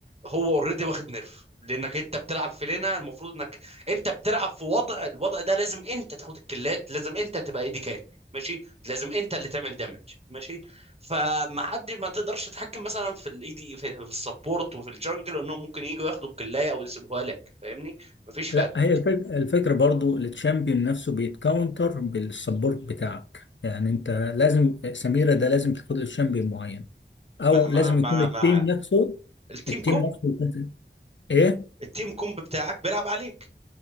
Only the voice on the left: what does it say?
لا هي الفكرة, الفكرة برضو التشامبيون نفسه بيتكاونتر بالسبورت بتاعك يعني انت لازم سميرة ده لازم تاخد له تشامبيون معين او
لازم
يكون التيم
نفسه
التيم
نفسه يكون- ايه